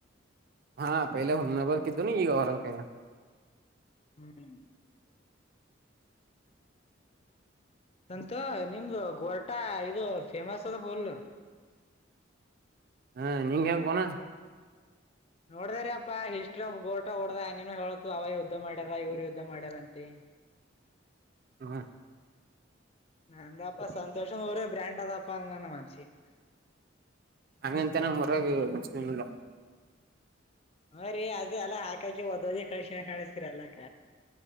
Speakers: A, on the right; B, on the left.
A: ಹ ಪೈಲೆ ಹುಮ್ನಾಬಾದಕಿದ್ದನು ಈಗ, <unintelligible>
B: ಹ್ಮ್ ಸಂತ ನಿಮ್ದು ಗೊರಟಾ ಇದು ಫೇಮಸ್ ಅದ ಫುಲ್,
A: ಹಾ ನಿಂಗೆ ಇಂಗ್ ಕುನಾ,
B: ನೋಡ್ದ ರಿ ಯಪ್ಪಾ ಹಿಸ್ಟ್ರಿ ಆಫ್ ಗೂಟಾ ಓಡದೆ ಏನೇನೋ ಹೇಳತು ಅವ ಯುದ್ಧ ಮಾಡ್ಯಾರ ಇವ್ರ ಯುದ್ಧ ಮಾಡ್ಯಾರ ಅಂತಿ,
A: ಹ್ಮ್
B: ನಾ ಅಂದೆ ಪಾ ಸಂತೋಷನ ಊರೆ ಬ್ರಾಂಡ್ ಅದಪ ಅಂದಾನೆ ಮನಸಿಗಿ,
A: ಅಂಗ ಅಂತಾ ನಮ್ಮ ಊರಾಗ <unintelligible> ಇಲ್ಲ,
B: ಹಾ ರೀ ಅದೇ ಅಲ್ಲ ಹಾಕಕಿ ಹೊದ್ದದಿ <unintelligible> ಕಳಿಸ್ತೀರಿ ಎಲ್ಲಾಕ,